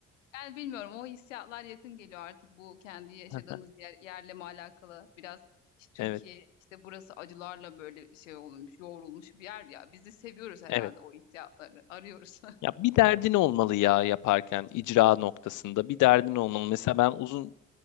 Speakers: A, on the left (about 85°); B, on the left (about 55°).
A: Yani bilmiyorum o hissiyatlar yakın geliyor artık bu kendi yaşadığımız
B: <laughs>
A: yer, yerle mi alakalı biraz işte
B: Evet,
A: Türkiye işte burası acılarla böyle şey olmuş yoğrulmuş bir yer ya biz de seviyoruz herhalde
B: evet.
A: o hissiyatları arıyoruz.
B: Ya bir derdin olmalı ya yaparken icra noktasında bir derdin olmalı. Mesela ben uzun